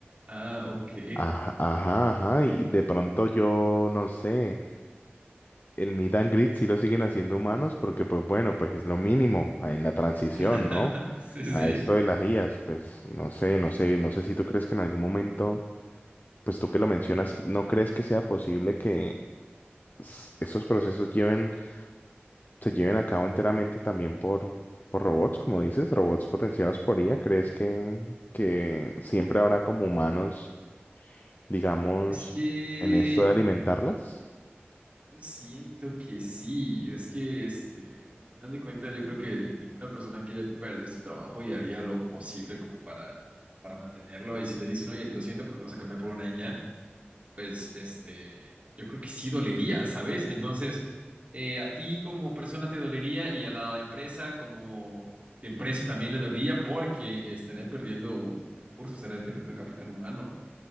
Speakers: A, on the right; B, on the left.
A: Ah, ok.
B: Ajá, ajá, ajá, y de pronto yo no sé. El meet and greet sí lo siguen haciendo humanos porque, pues bueno, pues es lo mínimo en la transición,
A: <laughs>
B: ¿no?
A: Sí, sí.
B: A esto de las IAs, pues no sé, no sé, no sé si tú crees que en algún momento, pues tú que lo mencionas, ¿no crees que sea posible que s- estos procesos lleven, se lleven a cabo enteramente también por, por robots, como dices, robots potenciados por IA? ¿Crees que, que siempre habrá como humanos, digamos,
A: Es que
B: en esto de alimentarlas?
A: yo siento que sí. Es que, este, pues al final de cuentas, yo creo que ninguna persona quiere perder su trabajo y haría lo posible como para, para mantenerlo. Y si le dicen, oye, lo siento, pero te vamos a cambiar por una niña, pues este, yo creo que sí dolería, ¿sabes? Entonces, eh, a ti como persona te dolería y a la empresa como empresa también le dolería porque estaría perdiendo un, un recurso, estaría perdiendo capital humano.